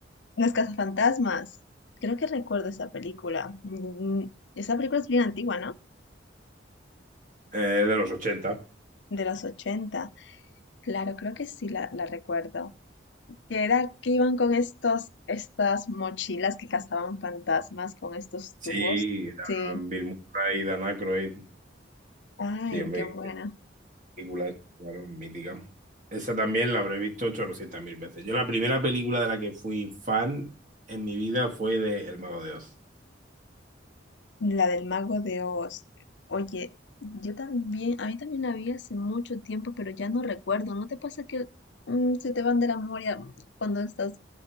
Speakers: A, on the left (about 70°); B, on the right (about 40°).
A: Las cazafantasmas, creo que recuerdo esa película. Mm, mm, Esa película es bien antigua, ¿no?
B: Eh, de los ochenta.
A: De los ochenta Claro, creo que sí la, la recuerdo. que era que iban con estos, estas mochilas que cazaban fantasmas con estos
B: Sí,
A: tubos.
B: eran
A: Sí,
B: Bill Murray, Dan Aykroyd.
A: ay,
B: Sí, hombre,
A: qué buena.
B: película, claro, mítica. Esa también la habré visto 800.000 mil veces. Yo la primera película de la que fui fan en mi vida fue de El Mago de Oz.
A: La del Mago de Oz. Oye, yo también, a mí también la vi hace mucho tiempo, pero ya no recuerdo. ¿No te pasa que mm, se te van de la memoria cuando estás